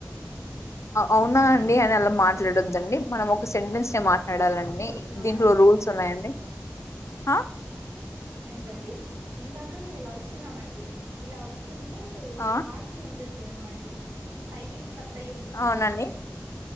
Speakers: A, on the left; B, on the right.
A: అవునా అండి అనలా మాట్లాడోద్దండి మనం ఒక సెంటెన్స్ మా ట్లాడలండి
B: నుంచి వస్తున్నామండి
A: దీంట్లో రూల్స్ ఉన్నాయండి. ఆ
B: ఏంటండి. ఇందాక మేం ఇలా వస్తున్నామండి ఇలా వస్ వస్తుంటే
A: ఆ
B: హాస్ని ఉంటద్ తిరన్ మాండి పైగిన్ తత్తయుమ్
A: అవునండి
B: హాస్ని